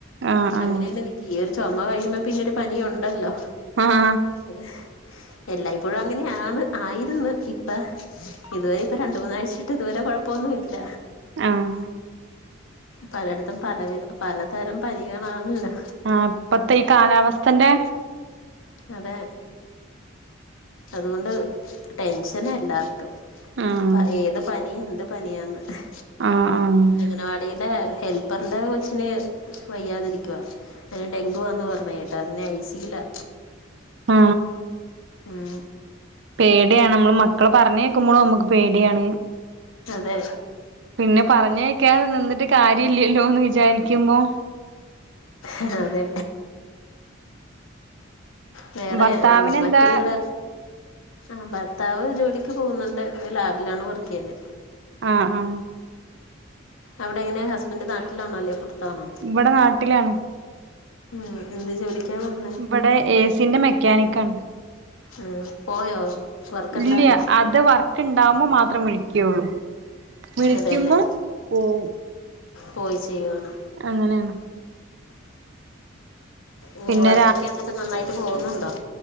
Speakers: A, on the right; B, on the left.
A: ആഹ് ആഹ്
B: അങ്ങനെന്നെ നി ത്തീയൊരു ചൊമ കഴിയുമ്പോ പിന്നൊരു പനിയുണ്ടല്ലോ
A: ആഹ്
B: അത് ഹ് എല്ലായ്പ്പോഴും അങ്ങനെയാണ് ആയിരുന്നു ഇപ്പ ഇതുവരെ ഇപ്പ രണ്ടുന്നാഴ്ചിട്ട് ഇതുവരെ കുഴപ്പൊന്നൂല്ല
A: ആഹ്
B: പലടത്തും പല വി പലതരം പനികളാണണല്ലോ
A: ആ പ്പത്തെ ഈ കാലാവസ്ഥന്റെ
B: അതെ അതുകൊണ്ട് ടെൻഷനാ എല്ലാർക്കും
A: ആഹ്
B: പ ഏത് പനി എന്ത് പനിയാന്ന് ഹ്
A: ആഹ് ആഹ്
B: അങ്ങനവാടീലെ ഹെൽപ്പറിന്റെ കൊച്ചിന് വയ്യാതിരി ക്ക്വാ അയിന് ഡെങ്കുവാന്ന് പറഞ്ഞ കേട്ടാ അതിനയ്സീല
A: ആ
B: ഉം
A: പേടിയാണമ്മള് മക്കളെ പറഞ്ഞയക്കുമ്പളും നമുക്ക് പേടിയാണ്
B: അതെ
A: പിന്നെ പറഞ്ഞയക്കാതെ നിന്നിട്ട് കാര്യയില്ലല്ലോന്ന് വിചാരിക്കുമ്പോ
B: അ അതെ വേറെ
A: ഭർത്താവിനെന്താ
B: മറ്റു പിള്ളേർ ആ ഭർത്താവ് ജോലിക്ക് പോകുന്നുണ്ട് ലാബിലാണ് വർക്കെയ്യുന്നെ
A: ആ ആ
B: അവിടെയെങ്ങനെ ഹസ്ബന്റ് നാട്ടിലാണോ അല്ലേ പൊർത്താണോ?
A: ഇവടെ നാട്ടിലാണ്
B: ഉം എന്ത് ജോലിക്കാ പോകുന്നേ?
A: ഇവടെ ഏസിന്റെ മെക്കാനിക്കാണ്
B: ആ പോയോ വർക്ക്ണ്ടാര്ന്നോ?
A: ഇല്ല്യ അത് വർക്കിണ്ടാവുമ്പോ മാത്രം വിളിക്കുള്ളൂ വിളിക്കുമ്പോ
B: അതെല്ലേ
A: പോവും -
B: പോയി ചെയ്യുവാണ്
A: അങ്ങനെയാണ്‌
B: ഉം
A: പിന്നെ
B: വർക്കൊക്കെ എന്നെട്ട് നന്നായിട്ട് പോകുന്നുണ്ടോ?